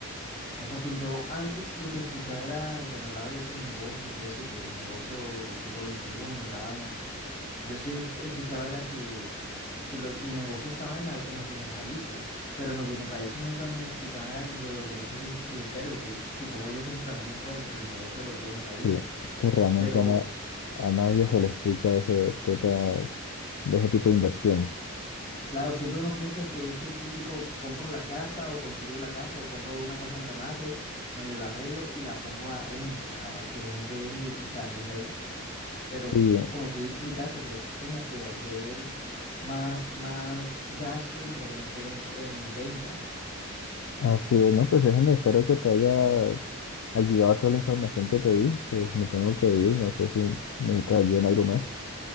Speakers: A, on the left; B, on the left.
A: No, porque yo antes lo que escuchaba era cuando hablaba de esos negocios y eso, y que el negocio del siglo XXI y la vaina, yo sí es- escuchaba era que, que lo- el negocio estaba en, la- en los bienes raíces, pero en los bienes raíces nunca me explicaban era lo- los derechos fi- fiduciarios, porque supongo yo que eso también entra dentro del negocio de los bienes raíces.
B: sí que realmente
A: Pero
B: a, na- a nadie se le explica ese, este, pa- de ese tipo de inversión.
A: Claro, siempre uno piensa que es el típico compro la casa o construyo la casa o compro una casa en remate, medio la arreglo y la pongo a renta, a que la gente venga y, y se arriende ahí. Pero
B: Sí,
A: s- como tú explicaste, es como que hacer más, más gastos mientras que no esté en, en venta.
B: así es. No, pues es, espero que te haya ayudado toda la información que te di. Pues me tengo que ir, no sé si necesitas ayuda en algo más.